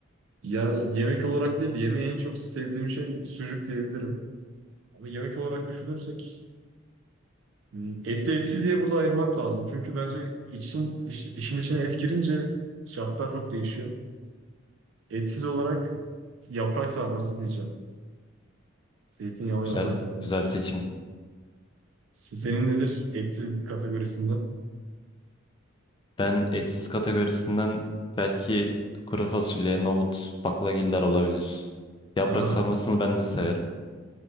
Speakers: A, on the right; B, on the left.
A: ya yemek olarak değil de yemeği en çok sevdiğim şey sucuk diyebilirim. Ama yemek olarak düşünürsek hmm, etli etsiz diye burada ayırmak lazım. Çünkü bence için, iş- işin içine et girince şartlar çok değişiyor. Etsiz olarak yaprak sarması diyeceğim. Zeytinyağlı
B: Güzel,
A: yaprak sarması.
B: güzel seçim.
A: Se- Senin nedir etsiz kategorisinde?
B: Ben etsiz kategorisinden belki kuru fasulye, nohut, baklagiller olabilir. Yaprak
A: Aha,
B: sarmasını ben de severim.